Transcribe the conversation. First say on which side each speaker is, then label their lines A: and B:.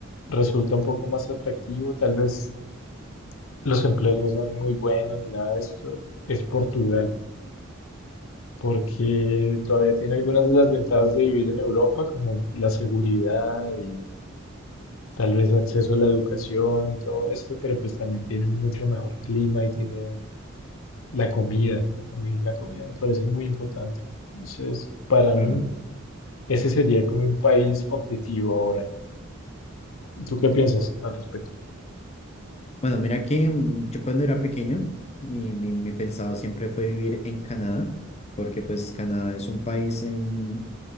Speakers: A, on the left (about 75°); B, on the left (about 30°).
A: resulta un poco más atractivo, tal vez los empleos no son muy buenos ni nada de esto, es Portugal, porque todavía tiene algunas de las ventajas de vivir en Europa, como la seguridad y tal vez acceso a la educación y todo esto, pero pues también tiene un mucho mejor clima y tiene La comida, a mí la comida me parece muy importante. Entonces, para
B: Claro.
A: mí, ese sería como un país objetivo ahora. ¿Tú qué piensas al respecto?
B: Bueno, mira que mm, yo cuando era pequeño, mi, mi, mi pensado siempre fue vivir en Canadá, porque pues Canadá es un país en